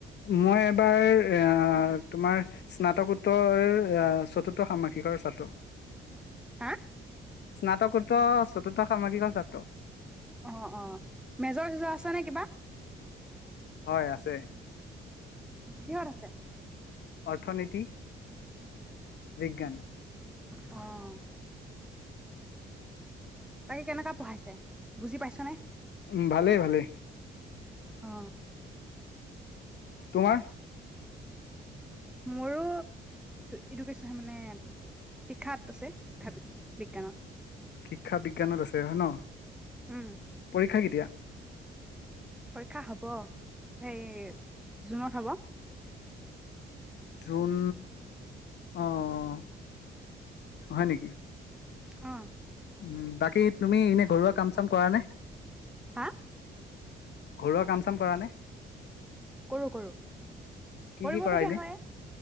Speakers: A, on the left; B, in the centre.
A: মই এবাৰ আহ তোমাৰ স্নাতকোত্তৰ চতুৰ্থ সামাসিকৰ ছাত্ৰ
B: হা
A: স্নাতকোত্ত চতুৰ্থ সামসিকৰ ছাত্ৰ
B: অ অ মেজৰ চিজৰ আছে নে কিবা
A: হয় আছে
B: কিহত আছে
A: অৰ্থনীতি বিজ্ঞান
B: অ বাকী কেনেকোৱা পঢ়াইছে বুজি পাইছানে
A: উ ভালেই ভালে
B: অ
A: তোমাৰ
B: মোৰো এডুকেশ্বন মানে শিক্ষাত আছে শিক্ষা বিজ্ঞানত
A: শিক্ষা বিজ্ঞানত আছে হয় ন
B: উম
A: পৰীক্ষা কেতিয়া
B: পৰীক্ষা হব এই জুনত হ'ব
A: জুন আহ হয় নেকি
B: অ
A: উ বাকী তুমি এনে ঘৰুৱা কাম চাম কৰা নে
B: হা
A: ঘৰুৱা কাম চাম কৰা নে
B: কৰো কৰো
A: কি
B: কৰিবলগীয়া
A: কি কৰা এনে
B: হয়